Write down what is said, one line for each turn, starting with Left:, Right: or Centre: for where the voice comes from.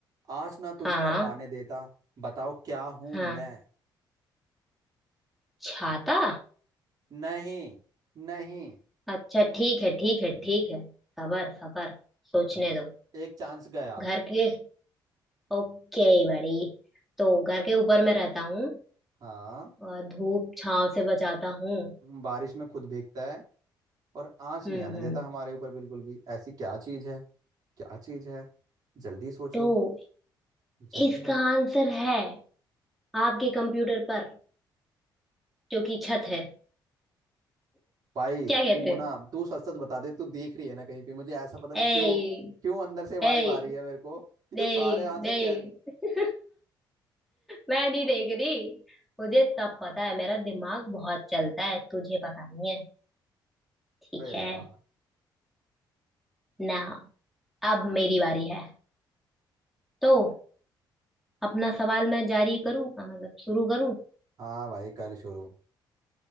Right: आँच ना तुझ
Centre: हाँ
Right: पर आने देता बताओ क्या हूं
Centre: हाँ
Right: मैं
Centre: छाता
Right: नहीं नहीं
Centre: अच्छा ठीक है ठीक है ठीक है सबर सबर सोचने
Right: हम्म,
Centre: दो
Right: एक चांस गया
Centre: घर के ओके बड़ी तो घर के ऊपर मैं रहता हूँ
Right: हाँ
Centre: और धूप छांव से बचाता हूँ
Right: बारिश में खुद भीगता है और आँच
Centre: हम्म
Right: नहीं आने
Centre: हम्म
Right: देता हमारे ऊपर बिल्कुल भी ऐसी क्या चीज है क्या चीज है जल्दी सोचो
Centre: तो
Right: जल्दी
Centre: इसका आंसर है आपके कंप्यूटर पर जो कि छत है
Right: भाई
Centre: क्या कहते
Right: तू ना
Centre: हो
Right: तू सच सच बता दे तू देख रही है ना कहीं पे मुझे ऐसा पता नहीं
Centre: ए
Right: क्यों क्यों अंदर से
Centre: ए
Right: वाइब आ रही है मेरे को कि
Centre: नहीं
Right: तो सारे आंसर
Centre: नहीं
Right: क्या
Centre: मैं नहीं देख रही मुझे सब पता है मेरा दिमाग बहुत चलता है तुझे पता नहीं है ठीक
Right: बे
Centre: है
Right: यार
Centre: ना अब मेरी बारी है तो अपना सवाल मैं जारी करूं अ, मतलब शुरू करूं
Right: हाँ भाई कर शुरू